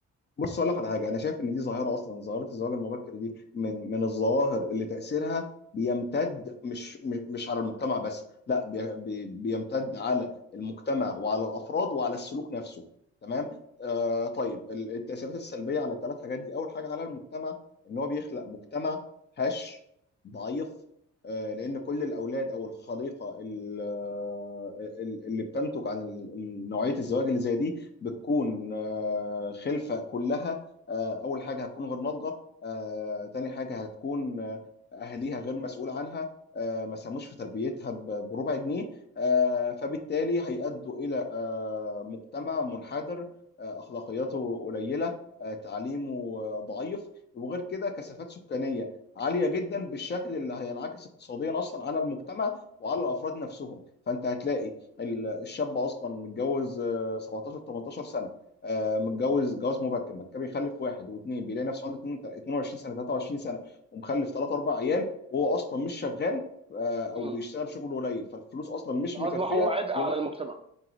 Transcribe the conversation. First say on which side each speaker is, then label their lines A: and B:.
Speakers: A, on the left; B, on the right.
A: بص اقول لك على حاجه انا شايف ان دي ظاهره اصلا ظاهره الزواج المبكر دي من من الظواهر اللي تاثيرها بيمتد مش مش مش على المجتمع بس لا بي بي بيمتد على المجتمع وعلى الافراد وعلى السلوك نفسه تمام آه طيب ال- التاثيرات السلبيه على الثلاث حاجات دي اول حاجه على المجتمع ان هو بيخلق مجتمع هش ضعيف آه لان كل الاولاد او الخليقه ال- آه، ال- اللي بتنتج عن ال- ال- نوعيه الزواج اللي زي دي بتكون آه، خلفة كلها آه، أول حاجة هتكون غير ناضجة آه، تاني حاجة هتكون آه، أهليها غير مسؤول عنها آه، ما ساهموش في تربيتها ب- بربع جنيه آه، فبالتالي هيأدوا إلى آه، مجتمع منحدر آه، أخلاقياته قليلة آه، تعليمه آه، ضعيف وغير كده كثافات سكانية عالية جدا بالشكل اللي هينعكس اقتصاديا أصلا على المجتمع وعلى الأفراد نفسهم فأنت هتلاقي ال- الشاب اصلا متجوز 17 18 سنه آه، متجوز جواز مبكر بعد كده بيخلف واحد واثنين بيلاقي نفسه عنده اتنين- 22 سنه 23 سنه ومخلف ثلاث اربع عيال وهو اصلا مش شغال آه، او
B: امم
A: بيشتغل شغل قليل فالفلوس اصلا مش
B: فاصبح
A: مكفيه
B: هو عبء على
A: وغ...
B: المجتمع